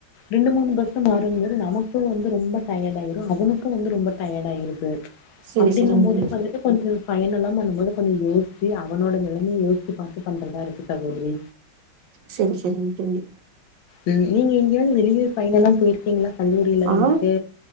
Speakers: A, on the left; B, on the right.
A: ரெண்டு மூணு பஸ்சு மாறுனும்போது நமக்கு வந்து ரொம்ப டயாடாயிரு அவனுக்கு வந்து ரொம்ப டயாடாயிருது
B: சரி
A: அப்டிங்கு
B: சரிங்க
A: போது
B: தோழி
A: வந்துட்டு கொஞ்ச பயனெல்லா பண்ணும்போது கொஞ்சோ யோசிச்சு அவனோட நிலைமைய யோசிச்சு பாத்து பண்றதா இருக்கு சகோதரி
B: சேரி சேரிங்க தோழி
A: ம் நீங்க எங்கயாது வெளியூர் பயணல்லா போயிருக்கீங்ளா கல்லூரில
B: ஆ
A: வந்துட்டு